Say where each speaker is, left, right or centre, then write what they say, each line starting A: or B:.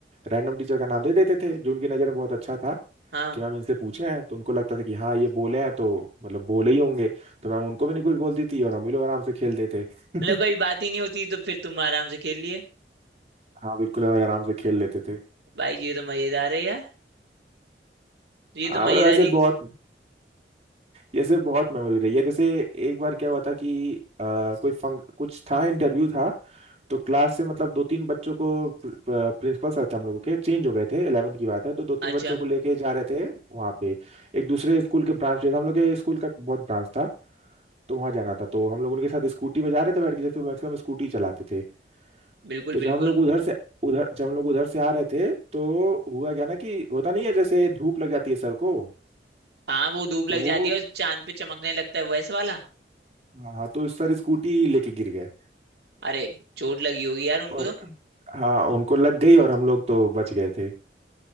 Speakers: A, on the right; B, on the right.
A: रैंडम टीचर का नाम दे देते थे जो उनकी नज़र में बहुत अच्छा था
B: हाँ
A: कि मैम इनसे पूछे हैं तो उनको लगता था कि हाँ ये बोले हैं तो मतलब बोले ही होंगे तो मैम उनको भी नहीं कुछ बोलती थी और हम ही लोग आराम से खेलते थे <laughs>
B: मतलब कोई बात ही नहीं होती तो फिर तुम आराम से खेल लिए
A: हाँ बिल्कुल हम आराम से खेल लेते थे
B: भाई ये तो मजेदार है यार ये
A: हाँ
B: तो मजेदारी
A: मतलब ऐसे बहुत जैसे बहुत मेमोरी रही है जैसे एक बार क्या हुआ था कि अ, कोई फंक कुछ था इंटरव्यू था तो क्लास से मतलब दो तीन बच्चों को प्रिंसिपल सर थे हम लोगों के चेंज हो गए थे 11th की बात है तो दो तीन
B: अच्छा
A: बच्चों को लेके जा रहे थे वहाँ पे एक दूसरे स्कूल के ब्रांच पे था हम लोग के स्कूल का बहुत ब्रांच था तो वहाँ जाना था तो हम लोग उनके साथ स्कूटी पे जा रहे थे बैठ के जैसे मैक्सिमम स्कूटी चलाते थे
B: बिल्कुल
A: तो जब
B: बिल्कुल
A: हम लोग उधर से उधर जब हम लोग उधर से आ रहे थे तो हुआ क्या ना कि होता नहीं है जैसे धूप लग जाती है सर को
B: हाँ वो धूप
A: तो
B: लग
A: वो
B: जाती है और चांद पे चमकने लगता है वैसा वाला
A: हाँ हाँ, तो सर स्कूटी लेके गिर गए
B: अरे चोट लगी होगी यार उनको
A: और
B: तो
A: हाँ उनको लग गई और हम लोग तो बच गए थे और